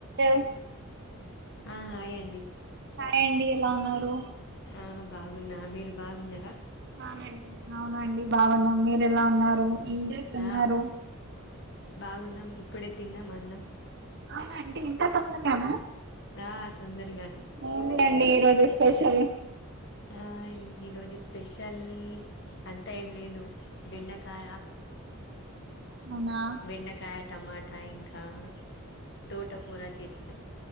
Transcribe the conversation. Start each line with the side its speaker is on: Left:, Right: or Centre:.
Right: ఎమో.
Left: ఆ హాయండి
Right: హాయ్ అండి ఎలా ఉన్నారు
Left: ఆ బాగున్నా మీరు బాగున్నారా
Right: బావున్నా అంటి అవునా అండి బాగున్నం మీరు ఎలా ఉన్నారు ఏం చేస్తున్నారు
Left: ఆ బాగున్నాం ఇప్పుడే తిన్నాం అన్నం
Right: అవున అంటీ ఇంత తొందరగాన
Left: ఆ తొందరగానే
Right: ఏంది ఆండి ఈరోజు స్పెషల్
Left: ఆ ఈరోజు స్పెషల్ అంతా ఏం లేదు బెండకాయ
Right: అవునా
Left: బెండకాయ టమాటా ఇంకా తోట కూర చేసినా